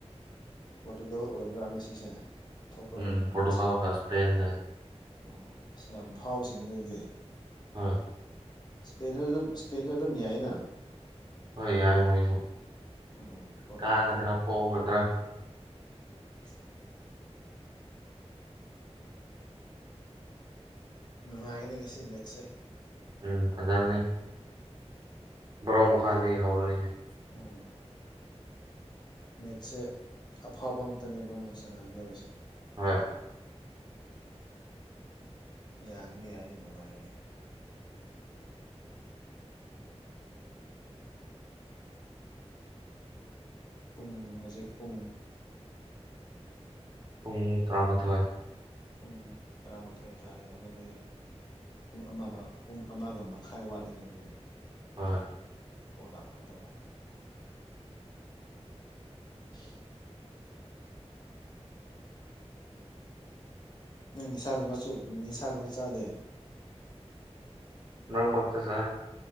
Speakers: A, on the left; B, on the right.
A: ꯄꯣꯔꯇꯤꯒꯜ ꯑꯣꯏꯕ꯭ꯔꯥ ꯉꯁꯤꯁꯦ ꯊꯣꯛꯄ꯭ꯔꯥ
B: ꯎꯝ
A: ꯃꯣꯏꯒꯤ
B: ꯄꯣꯔꯇꯨꯒꯜꯒ
A: ꯃꯦꯠꯁ
B: ꯁꯄꯩꯅꯒ
A: ꯑꯣ ꯑꯁ ꯌꯥꯝ ꯐꯥꯕꯁꯤꯅꯤ ꯑꯗꯨꯗꯤ
B: ꯍꯣꯏ
A: ꯏꯁꯄ ꯑꯗꯨꯝ ꯏꯁꯄꯦꯟꯗ ꯑꯗꯨꯝ ꯌꯥꯏꯅ
B: ꯍꯣꯏ ꯌꯥꯏ ꯃꯣꯏꯁꯨ
A: ꯎꯝ ꯄꯣꯔꯇꯨꯒꯜꯁꯨ
B: ꯀꯥꯒꯗ꯭ꯔꯥ ꯄꯣꯛꯒꯗ꯭ꯔꯥ
A: ꯀ ꯅꯨꯡꯉꯥꯏꯒꯅꯤ ꯉꯁꯤ ꯃꯤꯠꯁꯦ
B: ꯎꯝ ꯐꯖꯅꯤ ꯕ꯭ꯔꯣꯛ ꯃꯈꯥꯗꯤ ꯍꯧꯔꯔꯤ ꯍꯥꯏ
A: ꯎꯝ ꯃꯦꯠꯁꯦ ꯑꯐꯥꯎꯕ ꯉꯛꯇꯅꯦꯕ ꯁꯅꯒꯗꯧꯔꯤꯁꯦ
B: ꯍꯣꯏ
A: ꯌꯥꯒꯅꯤ ꯌꯥꯅꯤ ꯅꯨꯡꯉꯥꯏꯒꯅꯤ ꯄꯨꯡ ꯍꯧꯖꯤꯛ ꯄꯨꯡ
B: ꯄꯨꯡ ꯇꯔꯥꯃꯥꯊꯣꯏ
A: ꯄꯨꯡ ꯇꯔꯥꯃꯥꯊꯣꯏ ꯇꯥꯔꯦ ꯑꯗꯨꯗꯤ ꯄꯨꯡ ꯑꯃ ꯄꯨꯡ ꯑꯃꯒ ꯃꯈꯥꯏ ꯋꯥꯠꯂꯤꯉꯗꯨꯅꯤ
B: ꯍꯣꯏ
A: ꯑꯣꯂꯥꯛꯀꯗꯕ ꯀ ꯅꯪ ꯅꯤꯁꯥꯒꯨꯝꯕ ꯅꯤꯁꯥꯒꯨꯝꯕ ꯆꯥꯗꯦ
B: ꯅꯪ ꯃꯒ ꯇꯁꯥꯏ